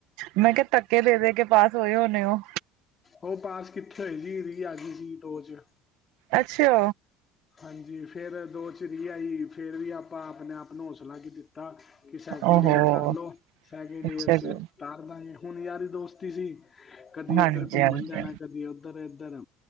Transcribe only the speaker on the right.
ਮੈਂ ਕੇਆ ਤੱਕੇ ਦੇ ਦੇ ਕੇ ਪਾਸ ਓਏ ਓਨੇ ਓ।
ਅੱਛਾ
ਓਹੋ
ਅੱਛਾ
ਜੀ
ਹਾਂਜੀ
ਹਾਂਜੀ